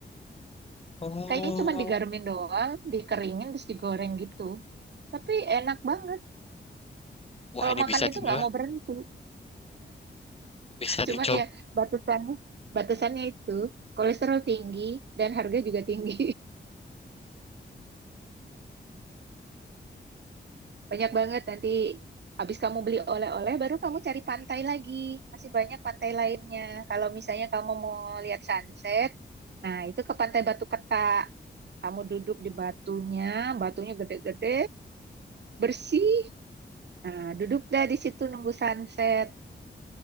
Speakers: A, on the left; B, on the right.
A: Oh,
B: Kayaknya cuma digaremin doang, dikeringin terus digoreng gitu. Tapi enak banget.
A: wah
B: Kalau
A: ini
B: makan
A: bisa
B: itu
A: di
B: nggak
A: ya,
B: mau berhenti.
A: Bisa dicoba
B: Cuman ya batasannya batasannya itu kolesterol tinggi dan harga juga tinggi. <laughs> Banyak banget nanti habis kamu beli oleh-oleh baru kamu cari pantai lagi. Masih banyak pantai lainnya. Kalau misalnya kamu mau lihat sunset, nah itu ke Pantai Batu Ketak. Kamu duduk di batunya, batunya gede-gede, bersih. Nah, duduk dah di situ nunggu sunset.